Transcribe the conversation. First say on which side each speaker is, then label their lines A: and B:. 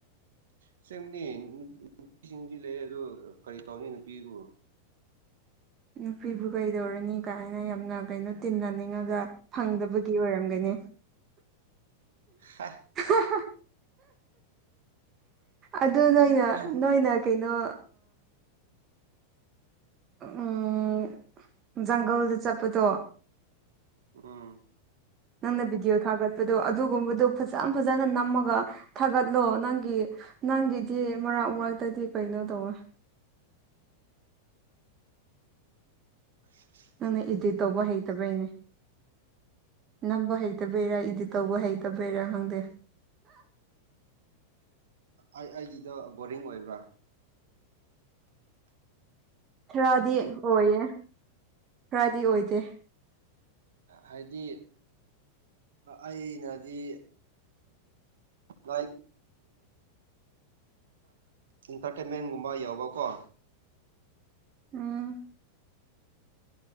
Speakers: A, on the right; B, on the right.
A: ꯑꯁꯦꯡꯕꯅꯤ ꯅꯨꯄꯤꯁꯤꯡꯗꯤ ꯂꯩ ꯑꯗꯣ ꯀꯔꯤ ꯇꯧꯅꯤ ꯅꯨꯄꯤꯕꯨ
B: ꯅꯨꯄꯤꯕꯨ ꯀꯩꯗꯧꯔꯅꯤ ꯀꯥꯏꯅ ꯌꯥꯝꯅ ꯀꯩꯅꯣ ꯇꯤꯟꯅꯅꯤꯡꯉꯒ ꯐꯪꯗꯕꯒꯤ ꯑꯣꯏꯔꯝꯒꯅꯤ
A: ꯍꯥ
B: ꯍꯥ ꯍꯥ ꯑꯗꯨ ꯅꯣꯏꯅ
A: ꯎꯝ
B: ꯅꯣꯏꯅ ꯀꯩꯅꯣ ꯎꯝ ꯖꯪꯒꯜꯗ ꯆꯠꯄꯗꯣ
A: ꯎꯝ
B: ꯅꯪꯅ ꯚꯤꯗꯤꯑꯣ ꯊꯥꯒꯠꯄꯗꯣ ꯑꯗꯨꯒꯨꯝꯕꯗꯣ ꯐꯖ ꯐꯖꯅ
A: ꯎꯝ
B: ꯅꯝꯃꯒ ꯊꯥꯒꯠꯂꯣ ꯅꯪꯒꯤ ꯅꯪꯒꯤꯗꯤ ꯃꯔꯛ ꯃꯔꯛꯇꯗꯤ ꯀꯩꯅꯣ ꯇꯧꯋꯦ
A: ꯑꯁ
B: ꯅꯪꯅ ꯏꯗꯤꯠ ꯇꯧꯕ ꯍꯩꯇꯕꯩꯅꯦ ꯅꯝꯕ ꯍꯩꯇꯕꯩꯔꯥ ꯏꯗꯤꯠ ꯇꯧꯕ ꯍꯩꯇꯕꯩꯔ ꯈꯪꯗꯦ
A: ꯑꯩ ꯑꯩꯒꯤꯗ ꯕꯣꯔꯤꯡ ꯑꯣꯏꯕ꯭ꯔꯥ
B: ꯈꯔꯗꯤ ꯑꯣꯏꯌꯦ ꯈꯔꯗꯤ ꯑꯣꯏꯗꯦ
A: ꯍꯥꯏꯗꯤ ꯑꯩꯅꯗꯤ ꯂꯥꯏ ꯏꯟꯇꯔꯇꯦꯟꯃꯦꯟꯒꯨꯝꯕ ꯌꯥꯎꯕꯀꯣ
B: ꯎꯝ